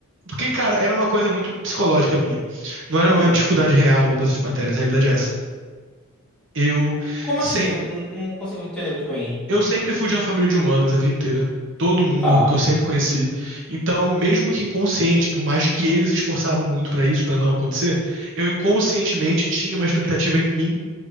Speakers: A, on the right; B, in the centre.
A: Porque, cara, era uma coisa muito psicológica minha. Não era
B: Uhum.
A: uma dificuldade real dessas matérias, a realidade é essa. Eu
B: Como
A: sempre,
B: assim? Eu não, não não consigo entender muito bem.
A: eu sempre fui de uma família de humanas a vida inteira. Todo mundo
B: Tá.
A: que eu sempre conheci. Então, mesmo que inconsciente, por mais que eles se esforçavam muito pra isso, pra não acontecer, eu inconscientemente tinha uma expectativa em mim